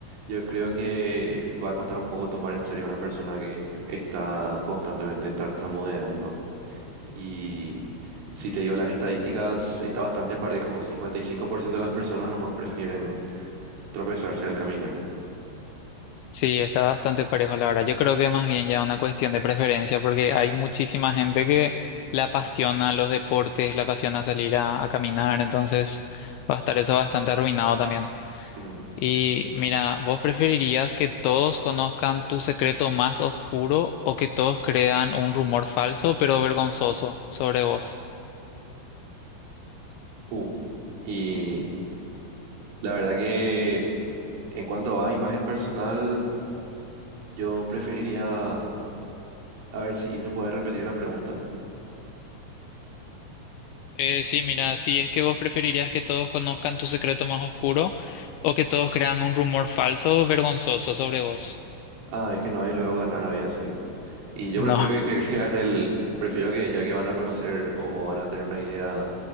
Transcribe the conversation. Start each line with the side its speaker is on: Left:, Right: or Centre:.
Right: Yo creo que va a costar un poco tomar en serio a una persona que está constantemente tartamudeando. Y si te digo las estadísticas, está bastante parejo. 55% de las personas nomás prefieren tropezarse al caminar.
Left: Sí, está bastante parejo la verdad. Yo creo que más bien ya una cuestión de preferencia, porque hay muchísima gente que la apasiona los deportes, la apasiona salir a, a caminar, entonces va a estar eso bastante arruinado también.
Right: Mm,
Left: Y mira, ¿vos preferirías que todos conozcan tu secreto más oscuro o que todos crean un rumor falso pero vergonzoso sobre vos?
Right: uh. Y la verdad que en cuanto a imagen personal, yo preferiría, a ver si me puedes repetir la pregunta.
Left: Eh, sí, mira, si es que vos preferirías que todos conozcan tu secreto más oscuro o que todos crean un rumor falso vergonzoso sobre vos.
Right: Ah, es que no hay luego ganar había sido. Y yo
Left: No,
Right: prefiero
Left: <laughs>
Right: que, que <laughs> crean el, prefiero que ya que van a conocer o, o van a tener una idea